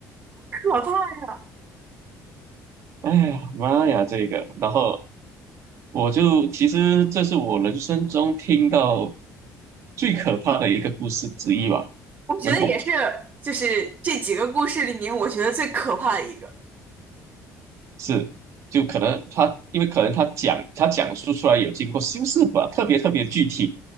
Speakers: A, on the right; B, on the right.
A: 可怕呀！
B: 哎呀妈呀，这个，然后。我就其实这是我人生中听到最可怕的一个故事之一吧，
A: 我觉得也是，
B: 很恐怖，
A: 就是这几个故事里面，我觉得最可怕的一个，
B: 是，就可能他，因为可能他讲他讲述出来有经过修饰吧，特别特别具体。